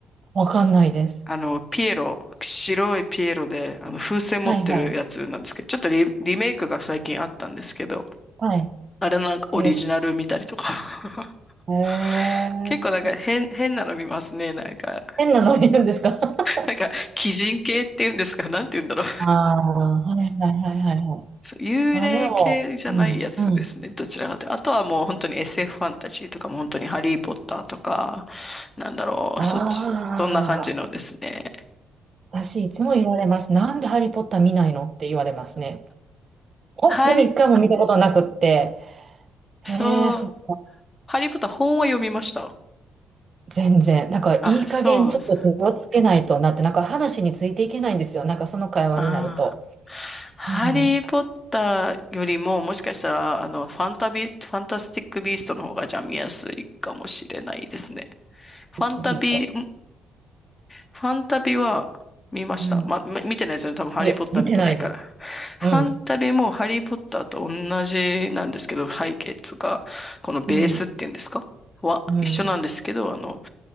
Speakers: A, on the right; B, on the left.
A: わかんないです。
B: あの、ピエロ、白いピエロで、あの、風船持ってるやつなんですけど、
A: はいはい。
B: ちょっとリ、リメイクが最近あったんですけど、
A: はい。
B: あれなんかオリジナル見たりとか。
A: へえ。へー
B: <laughs> 結構なんか変、変なの見ますね、なんか。
A: 変なノリなんですか <laughs>
B: なんか、鬼人系っていうんですか、なんて言うんだろう。
A: ああ、はいはいはいはいはい。
B: そう幽霊系じゃないやつですね、
A: あ、でも、うん、うん。
B: どちらかというと。あとはもう本当に SF フファンタジーとかも本当にハリーポッターとか、なんだろう、
A: ああ、
B: そっち、そんな感じのですね。
A: 私いつも言われます。なんでハリーポッター見ないのって言われますね。本当に一回も見たことなくって。
B: ハリ、
A: へえ、
B: そう、
A: そっか。
B: ハリーポッター本は読みました。
A: 全然。なんかいい加減ちょっと手をつけないとなって、
B: あ、そうなんです。
A: なんか話についていけないんですよ。なんかその会話になると。
B: ああ。ハリー・
A: うん。
B: ポッターよりも、もしかしたら、あの、ファンタビ、ファンタスティック・ビーストの方が、じゃあ見やすいかもしれないですね。ファンタビ
A: ビッグビート。
B: ファンタビは見ました。
A: うん。
B: ま、ま見てないですよね。多分ハリーポッター見てないから。
A: いえ、見てないです。
B: ファンタビもハリーポッターと同じなんですけど、
A: うん。
B: 背景つが、このベースっていうんですかは一緒なんですけど、
A: うん。うん。
B: あの、